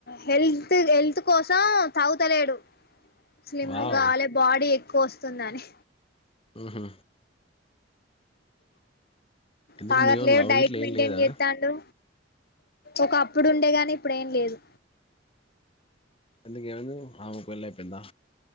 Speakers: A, on the left (about 55°); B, on the left (about 30°).
A: హెల్త్ హెల్త్ కోసం తాగుత లేడు. స్లిమ్
B: వావ్
A: గావాలే బాడీ ఎక్కువ వస్తుందని.
B: ఊహు ఎందుకు
A: తాగట్లేడు
B: మీవోని లవ్
A: డైట్
B: గిట్ల
A: మెయింటైన్
B: ఏం లేదా
A: చేత్తాండు. ఒకప్పుడుండేగాని ఇప్పుడేం లేదు.
B: ఎందుక్ ఏమైందీ ఆమెకు పెళ్ళై పోయిందా.